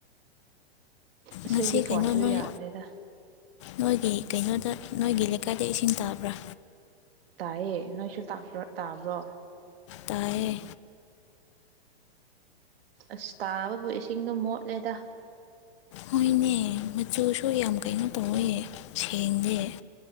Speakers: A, on the right; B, on the left.
A: ꯑꯁ
B: ꯉꯁꯤ
A: ꯑꯩꯒꯤ ꯐꯣꯟꯁꯨ
B: ꯀꯩꯅꯣ ꯅꯣꯏ
A: ꯌꯥꯗ꯭ꯔꯦꯗ
B: ꯅꯣꯏꯒꯤ ꯀꯩꯅꯣꯗ ꯅꯣꯏꯒꯤ ꯂꯩꯀꯥꯏꯗ ꯏꯁꯤꯡ ꯇꯥꯕ꯭ꯔꯥ
A: ꯇꯥꯏꯌꯦ ꯅꯣꯏꯁꯨ ꯇꯥꯕ ꯇꯥꯕ꯭ꯔꯣ
B: ꯇꯥꯏꯌꯦ
A: ꯑꯁ ꯇꯥꯕꯕꯨ ꯏꯁꯤꯡꯗꯣ ꯃꯣꯠꯂꯦꯗ
B: ꯍꯣꯏꯅꯦ ꯃꯆꯨꯁꯨ ꯌꯥꯝ ꯀꯩꯅꯣ ꯇꯧꯋꯦ ꯁꯦꯡꯗꯦ